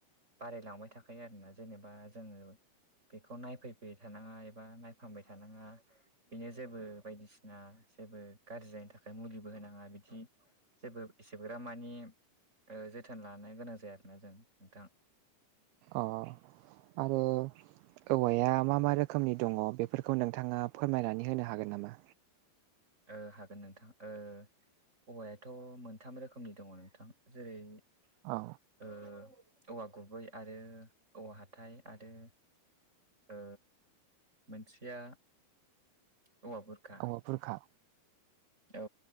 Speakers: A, on the right (about 15°); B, on the right (about 80°).
A: बारायलांबाय थाखायो आरोना जेनेबा जोङो बेखौ नायफैबाय थानाङा एबा नायफामबाय थानाङा बेनो जेबो बायदिसिना जेबो गाज्रि जायैनि थाखाय मुलिबो होनाङा बिदि जेबो इसेफोरा मानि ओ जोथोन लानो गोनां जायाखैना जों नोंथां।
B: अ आंबो औवाया मा मा रोखोमनि दङ बेफोरखौ नोंथाङा फोरमायनानै होनो हागोन नामा?
A: ओ हागोन नोंथां ओ औवायाथ' मोनथाम रोखोमनि दङ नोंथां जेरै
B: औ।
A: ओ औवा गुबै आरो औवा हाथाय आरो ओ मोनसेया औवा बुरखा
B: अ' बुरखा
A: औ।